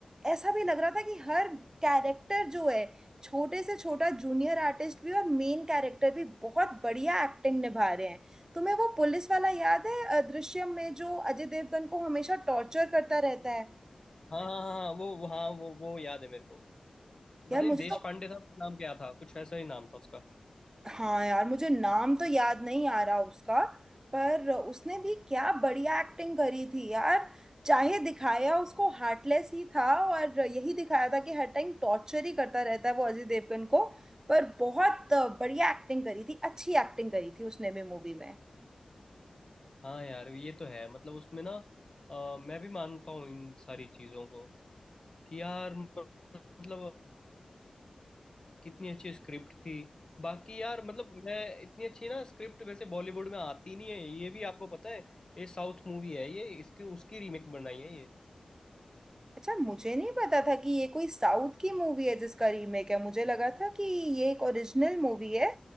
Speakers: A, on the right; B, on the left.
A: ऐसा भी लग रहा था कि हर कैरेक्टर जो है छोटे से छोटा जूनियर आर्टिस्ट भी और मेन कैरेक्टर भी बहुत बढ़िया एक्टिंग निभा रहे हैं तुम्हें वो पुलिस वाला याद है अदृश्यम में जो अजय देवगन को हमेशा टॉर्चर करता रहता है
B: हाँ हाँ हाँ हाँ, वो वो- हाँ वो वो याद है मेरे को पता
A: यार
B: नहीं
A: मुझे
B: देश
A: तो
B: पांडे था उसका नाम क्या था कुछ ऐसा ही नाम था उसका
A: हाँ यार मुझे नाम तो याद नहीं आ रहा उसका पर उसने भी क्या बढ़िया एक्टिंग करी थी यार चाहे दिखाया उसको हार्टलेस ही था और यही दिखाया था कि हर टाइम टॉर्चर ही करता रहता है वो अजय देवगन को पर बहुत बढ़िया एक्टिंग करी थी अच्छी एक्टिंग करी थी उसने भी मूवी में
B: हाँ यार ये तो है मतलब उसमें ना अ, मैं भी मानता हूँ इन सारी चीज़ों को कि यार मतलब कितनी अच्छी स्क्रिप्ट थी बाकी यार मतलब मैं इतनी अच्छी ना स्क्रिप्ट वैसे बॉलीवुड में आती नहीं है ये भी आपको पता है ये साउथ मूवी है ये इसकी उसकी रीमेक बनाई है ये
A: अच्छा मुझे नहीं पता था कि ये कोई साउथ की मूवी है जिसका रीमेक है मुझे लगा था कि ये एक ओरिजिनल मूवी है